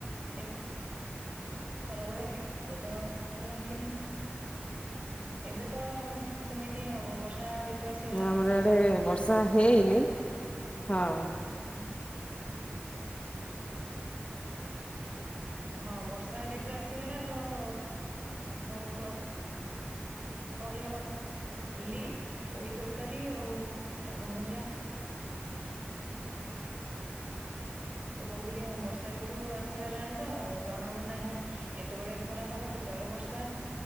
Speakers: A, on the right; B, on the left.
A: ଏ ଖରା ଭଳିଆ ଅପେକ୍ଷାରେ ତ <unintelligible> ଏବେ ତ ସେମିତି ହିଁ ହବ ବର୍ଷା ଆସିଗଲା
B: ଆମର ଆଡେ ବର୍ଷା ହେଇନି। ହଁ।
A: <inaudible> ହଁ ବର୍ଷା ଋତୁ ଆସିଗଲା ତଅ। କହି ହବନି। ପୋଇ ତରକାରୀ ଆଉ ଶାଗଭଜା। ତ କହୁଥିଲି <unintelligible> ବର୍ଷା ରିତୁ ଆସିଗଲାଣି ତ ଜଣବୁ ନାହିଁ କେତେବେଳେ ଖରା ହବ। କେତେବେଳେ ବର୍ଷା।